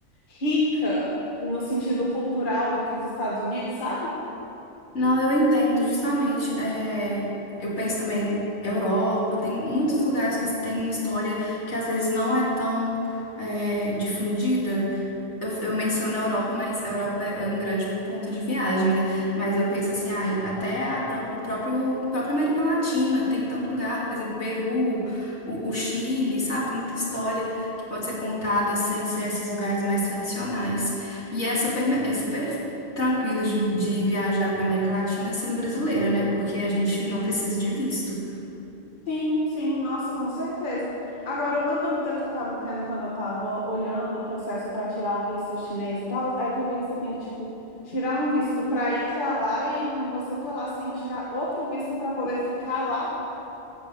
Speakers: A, on the left; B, on the left.
A: rica no sentido cultural do que os Estados Unidos, sabe?
B: Não, eu entendo, justamente. é, eu penso também Europa, tem muitos lugares que têm história que às vezes não é tão, é, difundida. Eu, eu menciono a Europa, mas a Europa é um grande ponto de viagem, né? Mas eu penso assim, ai, até a próprio, próprio, própria América Latina tem tanto lugar, por exemplo, Peru, o, o Chile, sabe? Tem muita história que pode ser contada sem ser esses lugares mais tradicionais. E é super, é super tranquilo de, de viajar para América Latina sendo brasileira, né? Porque a gente não precisa de visto.
A: Sim, sim, nossa, com certeza. Agora, uma dúvida que eu tava tendo quando eu tava olhando o processo para tirar o visto chinês e tal, é que eu vi que você tem que, tipo, tirar um visto para ir para lá, e aí quando você tá lá, você tem que tirar outro visto para poder ficar lá.